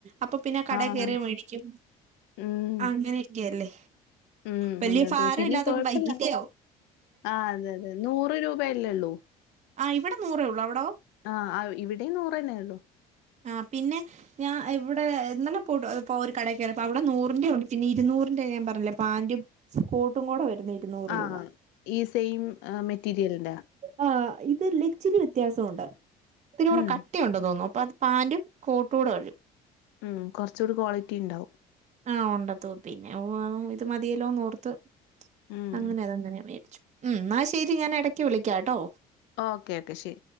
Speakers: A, on the right (about 40°); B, on the left (about 75°).
A: അപ്പൊ പിന്നെ കടേക്കേറിയങ്ങ്
B: ആഹ്
A: മേടിക്കും
B: ഉം
A: അങ്ങനെ യൊക്കെയല്ലേ
B: ഉം
A: വലൃ
B: അതെ
A: ഭാരമില്ലാത്തോണ്ട്
B: അതെ പിന്നെ കൊഴപ്പല്ല
A: ബൈക്കിൻ്റെയോ
B: ആ അതെ അതെ നൂറ് രൂപയല്ലേയൊള്ളൂ
A: ആ ഇവിടെ നൂറേയൊള്ളൂ അവിടോ
B: ആ ഇവിടേം നൂറന്നേയൊള്ളൂ
A: ആ പിന്നെ ഞാൻ ഇവിടെ ഇന്നല്ലെ പോയിട്ടു പോ ഒരു കടക്കേറിയപ്പൊ അവിടെ നൂറിന്റെ ഒണ്ട് പിന്നെ ഇരുന്നൂറിന്റെ ഞാൻ പറഞ്ഞില്ലേ പാൻ്റും കോട്ടുംകൂടെ വരുന്നെ ഇരുന്നൂറുരൂപ
B: ആഹ് ഈ സെയിം മെറ്റീരിയലിന്റെ
A: ആ ഇതല്ല ഇച്ചിരി വ്യത്യാസൊണ്ട് ഇത്തിരൂടെ
B: ഉം
A: കട്ടിയൊണ്ടെന്നു തോന്നുന്നു അപ്പൊ അത് പാൻറും കോട്ടൂടെ വരും
B: ഉം കൊറച്ചൊരു ക്വാളിറ്റി ഇണ്ടാവും
A: ആ ഒണ്ടതൊ പിന്നെ ഓ ഇത് മതിയല്ലോന്ന് ഓർത്ത്
B: ഉം
A: അങ്ങനെ അതെങ്ങനെ മേടിച്ചു ഉം ന്നാ ശെരി ഞാൻ എടക്കുവിളിക്കാട്ടോ
B: ഓക്കെ ഓക്കെ ശെരി